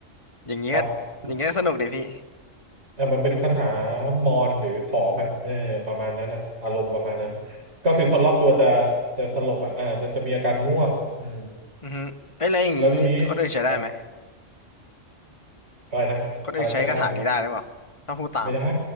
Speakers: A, on the left; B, on the right.
A: อย่างงี้ก็อย่างงี้ก็สนุกดิพี่
B: ครับ อ่ะมันเป็นคาถามอนหรือขอมอ่ะเออประมาณนั้นนะอารมณ์ประมาณนั้นก็คือคนรอบตัวจะจะสลบอ่ะอ่าจะจะมีอาการง่วงอืม
A: อือฮึเอ้ยแล้วอย่างงี้คนอื่นใช้ได้ไหม
B: แล้วทีนี้ครับอะไรนะอะไรใช้ได้นะ
A: คนอื่นใช้คาถานี้ได้หรือเปล่าถ้าพูดตามอะ
B: ไม่ได้